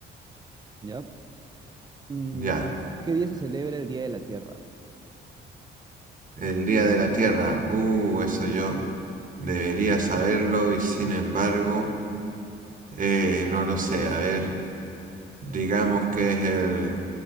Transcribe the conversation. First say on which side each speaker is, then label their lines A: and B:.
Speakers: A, on the right (about 20°); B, on the right (about 40°).
A: ¿ya? Mm,
B: Ya,
A: ¿qué día se celebra el Día de la Tierra?
B: el Día de la Tierra. Uh, eso yo debería saberlo y sin embargo, eh, no lo sé. A ver, digamos que es el